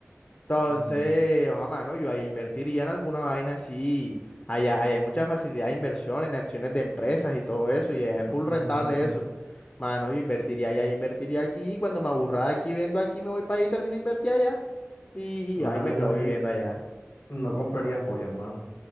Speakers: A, on the left; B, on the left.
A: Entonces,
B: ujú,
A: ojalá, mano, yo allá invertiría en alguna vaina así. Allá, allá hay mucha facilidad de inversión en acciones de empresas y todo eso, y allá es
B: ujú,
A: full rentable
B: ujú.
A: eso. Mano, yo invertiría allá, yo invertiría aquí, y cuando me aburra de aquí, vendo aquí, me voy para allá y termino de invertir allá. Y,
B: Mano,
A: y ahí me
B: y
A: quedo
B: no,
A: viviendo
B: y
A: allá.
B: no compraría joyas, mano.